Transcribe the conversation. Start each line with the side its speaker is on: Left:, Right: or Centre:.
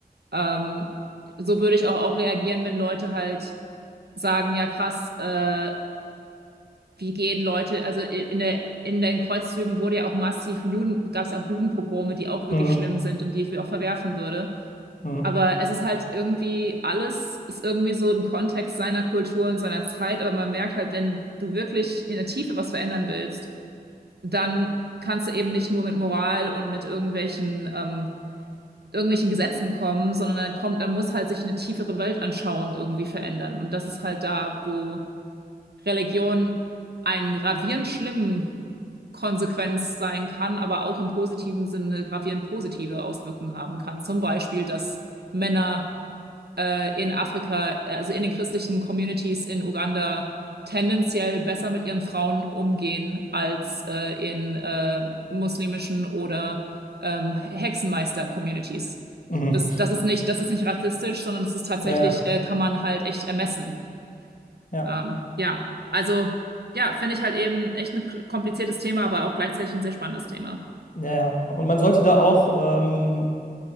Right: Ähm, so würde ich auch, auch reagieren, wenn Leute halt sagen, ja krass, äh, wie gehen Leute, also i- in der, in den Kreuzzügen wurde ja auch massiv Juden, gab es ja auch Judenpogrome, die auch wirklich
Left: Mhm,
Right: schlimm sind und die ich auch verwerfen würde.
Left: mhm,
Right: Aber es ist halt irgendwie, alles ist irgendwie so im Kontext seiner Kultur und seiner Zeit, aber man merkt halt, wenn du wirklich in der Tiefe was verändern willst, dann kannst du eben nicht nur mit Moral und mit irgendwelchen ähm, irgendwelchen Gesetzen kommen, sondern dann kommt, dann muss halt sich eine tiefere Weltanschauung irgendwie verändern. Und das ist halt da, wo Religion einen gravierend schlimmen Konsequenz sein kann, aber auch im positiven Sinne gravierend positive Auswirkungen haben kann. Zum Beispiel, dass Männer äh, in Afrika, äh, also in den christlichen Communities in Uganda, tendenziell besser mit ihren Frauen umgehen als äh, in äh, muslimischen oder ähm, Hexenmeister-Communities.
Left: mhm.
Right: Das, das ist nicht, das ist nicht rassistisch, sondern das ist tatsächlich,
Left: Ja, ja,
Right: äh, kann man halt echt ermessen.
Left: ja,
Right: Ähm, ja, also ja, finde ich halt eben echt ein kompliziertes Thema, aber auch gleichzeitig ein sehr spannendes Thema.
Left: ja. ja. Und man sollte da auch ähm,